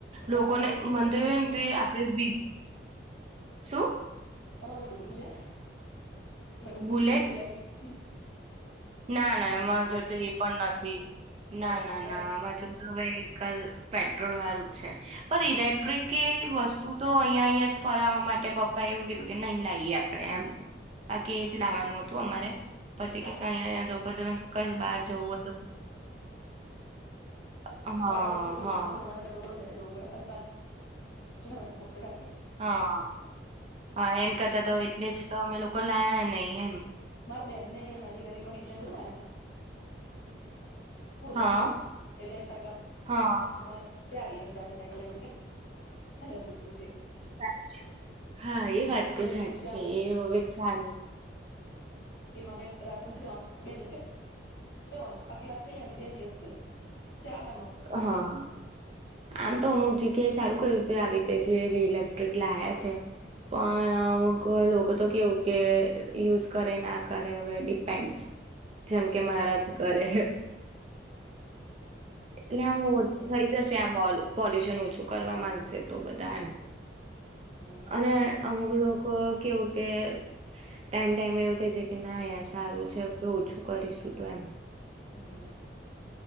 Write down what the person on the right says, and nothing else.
લોકોને
<unintelligible>
તે આપણે બી શુ
બુલેટ
ના ના એમાં
જોતો એ પણ નથી ના
ના
ના
આમાં જો વેહીકલ પેટ્રોલ વારું છે પણ ઇલેક્ટ્રિક કે વસ્તુ તો અહિયાયા અહિયાં જ ફરવા માટે પપ્પા એવું કીધું કે નહી લાઈએ આપડે એમ આ કે એ જ
લાવવાનું હતું અમારે પછી કે કઈ
અહીંયા જો પછી મેં કીધું કઈ બહાર જવું હોય તો હા
હા
હા હા એન કરતા તો
એટલે જ તો અમે લોકો લાયા ની એમ
હા
હા
સા હા એ વાત
તો સાચી
છે એ હવે ચલે
હા
આમ તો અમુક જગ્યાએ સારું કયુ તે આવી તે જે ઇલેક્ટ્રિક લાયા છે
પણ ક લોકો તો કેવું કે યુઝ કરે ના કરે હવે ડિપેન્ડ્સ જેમ કે મારાજ
કરે. એટલે આમ ઓછ
થઈ જશે આમ ઓલું પોલ્યુશન ઓછું કરવા માંગશે તો બધા એમ.
અને અમુક લોકો કેવું કે ટાઈમ ટાઈમ એવું થઇ જાય કે ના યાર સારું છે કે ઓછું કરીશું તો એમ.